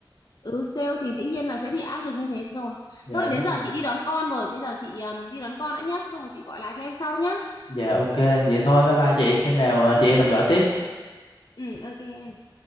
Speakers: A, on the left; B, on the left.
A: Ừ, sale thì dĩ nhiên là sẽ bị áp lực như thế rồi
B: dạ
A: thôi đến
B: đúng
A: giờ
B: rồi
A: chị đi đón con rồi bây giờ chị um, đi đón con đã nhá xong rồi chị gọi lại cho em sau nhá
B: dạ ok vậy thôi bye bye chị khi nào ờ, chị em mình
A: ừ,
B: gọi tiếp
A: Ừ, ok em